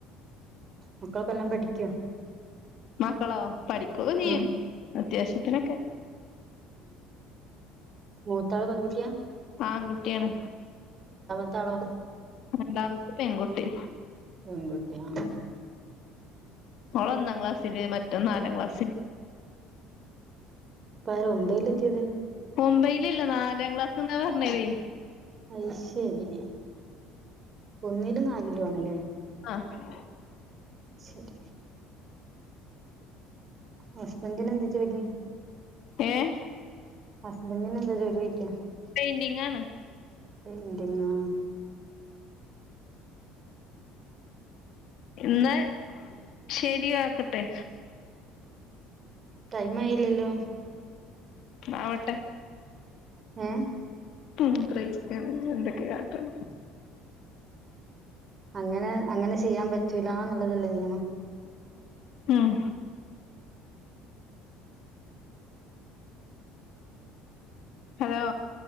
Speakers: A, on the right; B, on the left.
A: മക്കൾക്കെല്ലാം പഠിക്കോ
B: മക്കളോ പഠിക്കുക ചെയ്യും
A: ആഹ്
B: അത്യാവശ്യത്തിനൊക്കെ
A: മൂത്ത ആൾ പെൺകുട്ടിയ
B: ആൺകുട്ടിയാണ്
A: രണ്ടാമത്തേളോ
B: രണ്ടാമത്തെ പെൺകുട്ടി
A: പെൺകുട്ടി ആ
B: ഓള ഒന്നാം ക്ലാസ്സില് മറ്റോ നാലാം ക്ലാസ്സില്
A: ഇപ്പാ ആരാ ഒമ്പതിൽ എത്തിയത്
B: ഒമ്പയിലല്ല നാലാം ക്ലാസ്ന്നാ പറഞ്ഞതേ
A: അയ് ശരി ഒന്നിലും നാലിലും ആണല്ലേ
B: ആഹ്
A: ശരി ഹസ്ബൻ്റിന് എന്താ ജോലി
B: ഏഹ്
A: ഹസ്ബൻഡിന് എന്താ ജോലി ചോദിക്കാ അത്‌
B: പെയിന്റിംഗ് ആണ്
A: എന്തിനാ
B: ഇന്ന് ശരിയാക്കട്ടെ
A: ടൈമായില്ലല്ലോ
B: ആവട്ടെ
A: ഏഹ്
B: മൂത്രഴിച്ചിക്ക് എന്തൊക്കെ കാട്ടണത്
A: അങ്ങനെ അങ്ങനെ ചെയ്യാൻ പറ്റൂലാന്നുള്ളതല്ലേ നിയമം
B: മ്മ് ഹലോ